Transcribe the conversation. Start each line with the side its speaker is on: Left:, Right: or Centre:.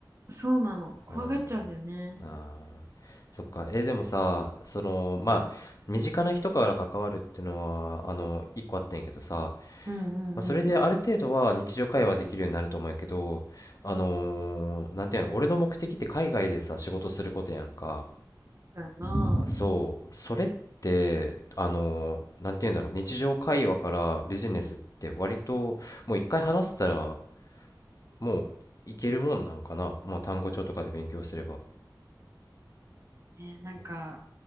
Right: そうなの怖がっちゃうんだよね。
Left: うんあーそっかえーでもさそのまあ身近な人から関わるっていうのはあの一個あったんやけどさ、
Right: うん、うんうんうんうん。
Left: まあ、それである程度は日常会話できるようになると思うんやけどあのーなんていうの俺の目的って海外でさ仕事することやんか
Right: そうやな。
Left: そうそれってあのなんて言うんだろう日常会話からビジネスって割ともう一回話したらもういけるもんなんかなまあ単語帳とかで勉強すれば
Right: えーなんか